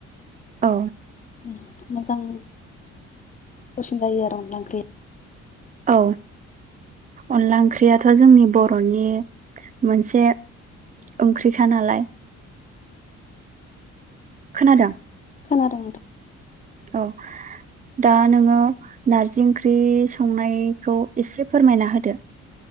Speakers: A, on the right (about 25°); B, on the left (about 25°).
A: औ
B: उम मोजां <unintelligible> सिन जायो आरो अनला ओंख्रि
A: औ अनला ओंख्रियाथ' जोंनि बर'नि मोनसे ओंख्रिखा नालाय। खोनादों?
B: खोनादों नोंथां।
A: औ दा नोङो नारजि ओंख्रि संनायखौ एसे फोरमायना होदो।